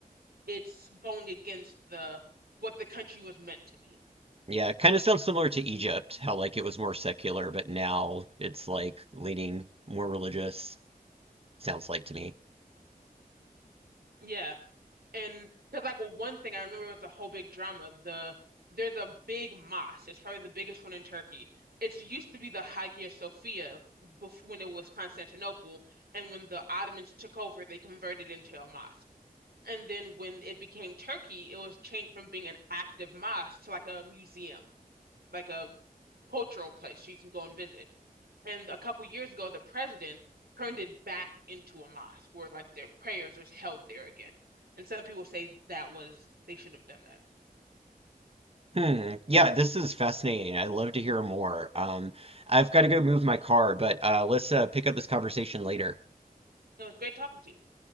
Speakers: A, on the right; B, on the right.
A: it's going against the what the country was meant to be.
B: Yeah, it kind of sounds similar to Egypt, how like it was more secular, but now it's like leaning more religious, sounds like to me.
A: Yeah. And because like well, one thing I remember it's a whole big drama. The there's a big mosque. It's probably the biggest one in Turkey. It's used to be the Hagia Sophia bef when it was Constantinople, and when the Ottomans took over, they converted it into a mosque. And then when it became Turkey, it was changed from being an active mosque to like a museum, like a cultural place so you can go and visit. And a couple years ago, the president turned it back into a mosque where like their prayers are held there again. And some people say that was, they shouldn't have done that.
B: Hmm. Yeah, this is fascinating. I'd love to hear more. Um, I've got to go move my car, but uh, let's uh, pick up this conversation later.
A: It was great talking to you.